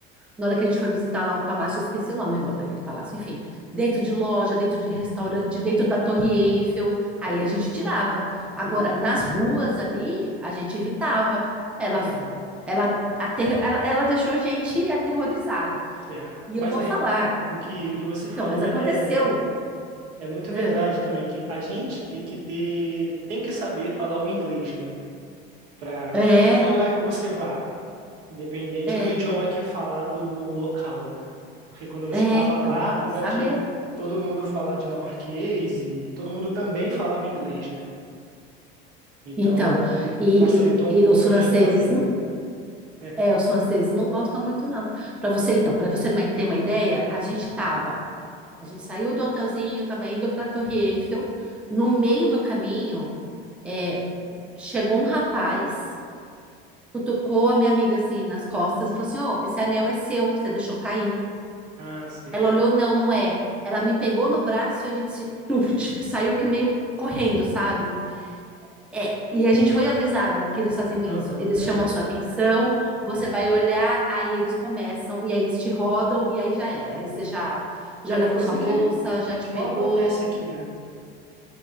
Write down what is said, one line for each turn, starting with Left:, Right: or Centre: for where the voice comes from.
Centre: Na hora que a gente foi visitar lá um palácio, eu esqueci o nome agora daquele palácio, enfim, dentro de loja, dentro de restaurante, dentro da Torre Eiffel, aí a gente tirava.
Right: Entendi.
Centre: Agora, nas ruas ali, a gente evitava. Ela,
Right: Uhum.
Centre: ela, ater- ela, ela deixou a gente aterrorizada.
Right: É.
Centre: E
Right: Mas
Centre: eu vou
Right: aí,
Centre: falar.
Right: o que, o que você
Centre: Então,
Right: falou
Centre: mas
Right: é,
Centre: aconteceu.
Right: é muito verdade
Centre: É,
Right: também, que a gente tem que ter, tem que saber falar o inglês, né? Para
Centre: é,
Right: qualquer lugar que você vá. Independente
Centre: é,
Right: do idioma que é falado no local, né? Porque quando eu estava
Centre: é, então,
Right: lá, apesar
Centre: tem que saber.
Right: de todo mundo falar dinamarquês e todo mundo também falava inglês, né? Então
Centre: Então, e,
Right: facilitou
Centre: e-
Right: um
Centre: e
Right: pouco
Centre: os
Right: a,
Centre: franceses
Right: mes- a vida.
Centre: não,
Right: É.
Centre: é, os franceses não gostam muito, não. Para você, então, para você não ter uma ideia, a gente estava A gente saiu do hotelzinho, estava indo para a Torre Eiffel. No meio do caminho, é, chegou um rapaz, cutucou a minha amiga assim nas costas e falou assim: Ô, esse anel é seu, você deixou cair.
Right: Ah, sei.
Centre: Ela olhou: Não, não é. Ela me pegou no braço e a gente se, pluft, saiu que meio correndo, sabe? É, e a gente foi avisada que eles faziam
Right: Aham,
Centre: isso. Eles
Right: é.
Centre: chamam a sua atenção, você vai olhar, aí eles começam, e aí eles te rodam, e aí já era. Aí você já,
Right: Que
Centre: já
Right: é
Centre: levou
Right: uma coisa
Centre: sua bolsa,
Right: que,
Centre: já te
Right: que não
Centre: pegou.
Right: acontece aqui, né?